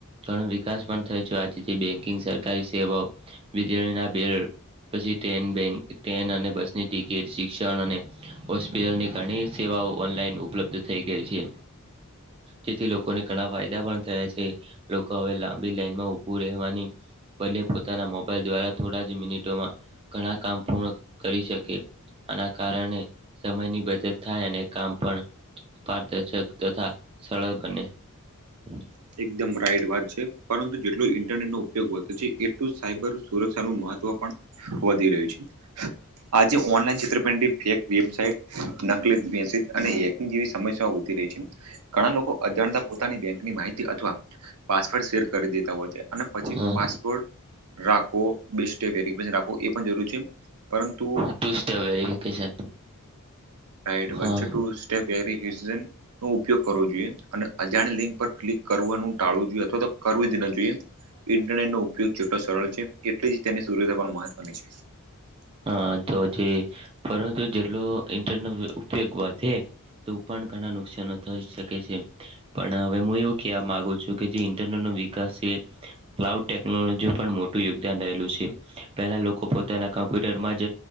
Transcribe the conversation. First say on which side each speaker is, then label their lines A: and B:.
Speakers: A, on the right (about 25°); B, on the right (about 75°).
A: ઘણો વિકાસ પણ થાય છે આજથી બેંકિંગ સેલ્ ગાઇ સેવાઓ વીજળીના બિલ પછી ટ્રેન બેન ટેન અને બસની ટિકીટ શિક્ષણ અને હોસ્પિટલની ઘણી સેવાઓ ઓનલાઈન ઉપલબ્ધ થઈ ગઈ છે. જેથી લોકોને ઘણા ફાયદા પણ થયા છે. લોકો હવે લાંબી લાઈનમાં ઉભું રહેવાની બલે પોતાના મોબાઈલ દ્વારા થોડા જ મિનિટોમાં ઘણા કામ પૂર્ણ કરી શકે. આના કારણે સમયની બચત થાય અને કામ પણ પારદર્શક તથા સરળ બને. હ <unintelligible>
B: એકદમ રાઈટ વાત છે પરંતુ જેટલું ઇન્ટરનેટ નો ઉપયોગ વધે છે એટલું સાયબર સુરક્ષ સુરક્ષા નુ મહત્વ પણ વધી રહ્યું છે આજે ઓનલાઈન ચિત્ર પિંડી ફેક વેબસાઇટ નકલી મેસેજ અને ની જેવી સમસ્યા વધી રહી છે ઘણા લોકો અજાણતા પોતાની બેંકની માહિતી અથવા પાસવર્ડ શેર કરી દેતા હોય છે અને પછી
A: હા
B: પાસવોર્ડ રાખો બે સ્ટેપ વેફ રાખ એ પણ જરૂર છે. પરંતુ
A: ટુસ્ટ વેરિફિકેશન
B: એટ
A: હા
B: વ છે ટુસ. તે વેરિફિકેશન નો ઉપયોગ કરવો જોઈએ અને અજાણ લિંક પર ક્લિક કરવાનું ટાળવું જોઈએ અથવા તો કરવું જ ન જોઈએ ઇન્ટરનેટ નો ઉપયોગ જેટલો સરળ છે એટલે જ તેની સૂર્યદ પણ મહત્વની છે.
A: હા તો જે પરંતુ જેટલો ઇન્ટરનો ઉપયોગ વધે તો પણ ઘણા નુકશાનો થઈ શકે છે. પણ હવે હું એવું કેવા માંગુ છું કે જે ઇન્ટરનેટનો વિકાસ છે. ક્લાઉડ ટેકનોલોજી પણ મોટું યોગદાન રહેલું છે. પહેલા લોકો પોતાના કામ બુટર મા જ.